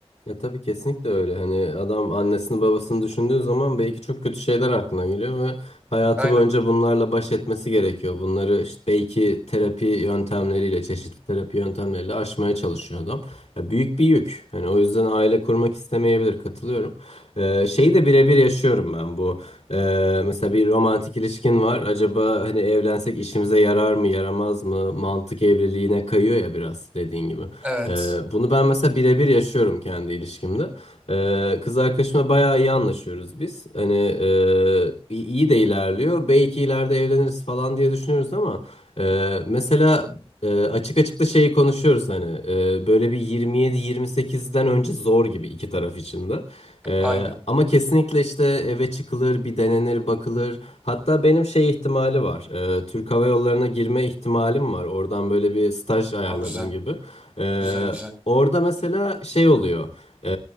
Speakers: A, on the left (about 80°); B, on the right (about 15°).
A: Ya tabii kesinlikle öyle. Hani adam annesini babasını düşündüğü zaman belki çok kötü şeyler aklına geliyor ve hayatı
B: Aynen.
A: boyunca bunlarla baş etmesi gerekiyor. Bunları işte belki terapi yöntemleriyle, çeşitli terapi yöntemleriyle aşmaya çalışıyor adam. Ya büyük bir yük. Hani o yüzden aile kurmak istemeyebilir. Katılıyorum. Ee, şeyi de birebir yaşıyorum ben bu. Ee, mesela bir romantik ilişkin var. Acaba hani evlensek işimize yarar mı, yaramaz mı? Mantık evliliğine kayıyor ya biraz dediğin gibi.
B: Evet.
A: Ee, bunu ben mesela birebir yaşıyorum kendi ilişkimde. Ee, kız arkadaşımla bayağı iyi anlaşıyoruz biz. Hani e, iyi iyi de ilerliyor. Belki ileride evleniriz falan diye düşünüyoruz ama e, mesela e, açık açık da şeyi konuşuyoruz hani e, böyle bir 27-28'den önce zor gibi iki taraf için de. E,
B: Aynen.
A: ama kesinlikle işte eve çıkılır, bir denenir, bakılır. Hatta benim şey ihtimali var. E, Türk Hava Yolları'na girme ihtimalim var. Oradan böyle bir staj ayarladım
B: Aa, güzel.
A: gibi. Ee,
B: Güzel güzel.
A: orada mesela şey oluyor. Ee,